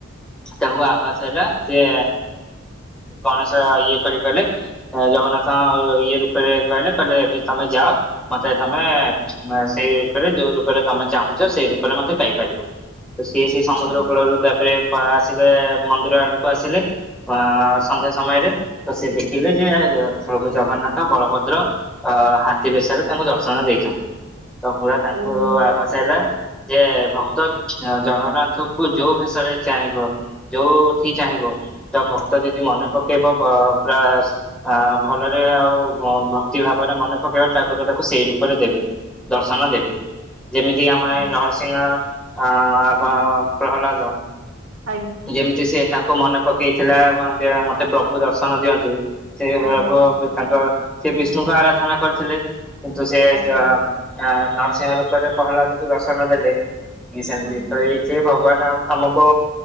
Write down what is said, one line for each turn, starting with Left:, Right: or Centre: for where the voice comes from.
Centre: ତାଙ୍କୁ ଆଭାସ ହେଲା, ସିଏ ଗଣେଶ ଇଏ କରି କଲେ ଜଗନ୍ନାଥଙ୍କ ଇଏ ରୂପରେ କହିଲେ, କହିଲେ ଏବେ ତମେ ଯାଅ ମତେ ତମେ ସେଇ ରୂପରେ ଯୋଉ ରୂପରେ ତମେ ଚାହୁଁଛ, ସେଇ ରୂପରେ ମତେ ପାଇପାରିବ। ତ ସିଏ ସେଇ
Right: ଆଚ୍ଛା
Centre: ସମୁଦ୍ରକୂଳରୁ ତାପରେ ପା ଆସିଲେ ମନ୍ଦିର ଆଡକୁ ଆସିଲେ, ଅ ସନ୍ଧ୍ୟା ସମୟରେ ତ ସିଏ ଦେଖିଲେ ଜୟ ଜଗତ ପ୍ରଭୁ ଜଗନ୍ନାଥ, ବଳଭଦ୍ର ଅ ହାତୀ ବେଶରେ ତାଙ୍କୁ ଦର୍ଶନ ଦେଇଛନ୍ତି, ତ ପୁରା ତାଙ୍କୁ
Right: ଓହୋ
Centre: ଆବା ଭାସ ହେଲା ଯେ, ଭକ୍ତ ଜଗନ୍ନାଥକୁ ଯୋଉ ଭେଶରେ ଚାହିଁବ ଯୋଉଠି ଚାହିଁବ ତ ଭକ୍ତ ଯଦି ମନେ ପକେଇବ, ପ-ପୁରା ଅ ଭଲରେ ଆଉ ଭକ୍ ଭକ୍ତି ଭାବରେ ମନେ ପକେଇବ, ଠାକୁର ତାକୁ ସେଇ ରୂପରେ ଦେବେ, ଦର୍ଶନ ଦେବେ। ଯେମିତିକି
Right: ଆଚ୍ଛା
Centre: ଆମ ଆରେ ନରସିଂହ ଅଁ ପ୍ରହ ପ୍ରହଲ୍ଲାଦ
Right: ହ
Centre: ଯେମିତି ସେ ତାଙ୍କୁ ମନେ ପକେଇଥିଲା, ଯେ ମତେ ପ୍ରଭୁ ଦର୍ଶନ ଦିଅନ୍ତୁ ସେ
Right: ଆଜ୍ଞା
Centre: ପ୍ର-ପ୍ରଭୁ ତାଙ୍କ ସେ ବିଷ୍ଣୁଙ୍କ ଆରାଧନା କରିଥିଲେ, କିନ୍ତୁ ସେ
Right: ଆଜ୍ଞା
Centre: ଯ
Right: ଆଜ୍ଞା
Centre: ଆ ନରସିଂହ ରୂପରେ ପ୍ରହଲ୍ଲାଦକୁ ଦର୍ଶନ ଦେଲେ, ସେମତି
Right: ଆଜ୍ଞା।
Centre: ଥରେ ସିଏ ଭଗବାନ ଆମ-ଆମକୁ